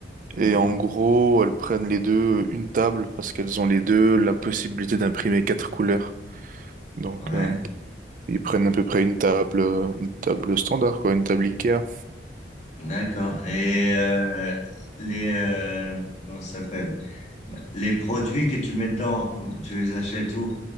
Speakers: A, on the left; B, on the right.
A: Mhm.
B: Et en gros, elles prennent les deux une table parce qu'elles ont les deux la possibilité d'imprimer quatre couleurs. Donc
A: Ouais,
B: euh, ils prennent à peu près une table, euh, une table standard quoi, une table Ikea.
A: d'accord. Et euh, les, euh, comment ça s'appelle? Les produits que tu mets dedans, comment- tu les achètes où?